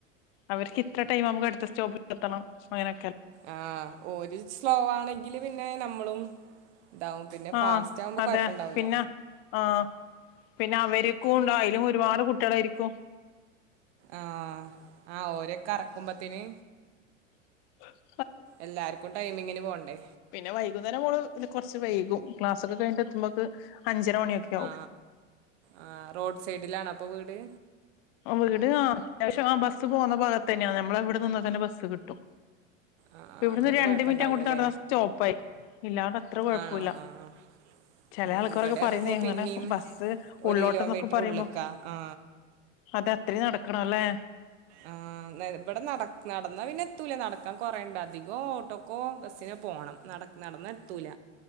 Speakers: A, on the left; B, on the right.
A: അവർക്ക് ഇത്ര ടൈം അമക്കട്ത്ത സ്റ്റോപ്പിലെത്തണം അങ്ങനെ
B: ആ ഓരു സ്ളോവാണെങ്കില് പിന്നെ നമ്മളും ഇതാവും പിന്നെ
A: ആ
B: ഫാസ്റ്റ് ആവുമ്പോ
A: അതെ
B: കൊഴപ്പണ്ടാവൂല
A: പിന്ന ആ പിന്നെ അവര്ക്കുണ്ട ആയ്ലും ഒരുപാട് കുട്ട്യാളാരിക്കും
B: ആ ആ ഓരക്കറക്കുമ്പത്തിന്
A: <inaudible>
B: എല്ലാർക്കും ടൈമിങ്ങിന് പോണ്ടേ?
A: പിന്നെ വൈകുന്നേരം മോള് കുറച്ച് വൈകും ക്ലാസ് ഒക്കെ കഴിഞ്ഞട്ട് എത്തുമ്പോക്ക് അഞ്ചര മണിയൊക്കെ ആവും
B: ആ ആ റോഡ് സൈഡിലാണപ്പൊ വീട്?
A: വീട് ആ അത്യാവശ്യം ആ ബസ്സ് പോകുന്ന ഭാഗത്ത് തന്നെയ നമ്മളെവിടെ നിന്ന തന്നെ ബസ്സ് കിട്ടും.
B: ആഹ്
A: ഇവിടന്ന്
B: അതുകൊണ്ട്
A: ഒരു രണ്ട്
B: കൊഴപ്പണ്ടാവൂലല്ലേ
A: മിനിറ്റ് അങ്ങോട്ട് നടന്ന സ്റ്റോപ്പായി. ഇല്ലാതത്ര കൊഴപ്പുല്ല.
B: ആണോ ആ ആ
A: ചില
B: ഉം
A: ആൾക്കാരൊക്കെ
B: ഇവിടെ പറയുമ്പോ
A: പറയുന്നനെ
B: പിന്നിം
A: ബസ്സ്
B: ഒരു
A: ഉള്ളോട്ടന്നൊക്കെ
B: കിലോമീറ്റർ
A: പറയുമ്പോ
B: ഉള്ള്ക്കാ ആ
A: അതെ അത്രീം നടക്കണല്ലേ.
B: ആ ഇവിടെ നട നടന്നാ പിന്നെ എത്തൂല നടക്കാൻ കൊറേണ്ട് അധികോ ഓട്ടോക്കോ ബസ്സിനോ പോണം നട് നടന്നെത്തൂല.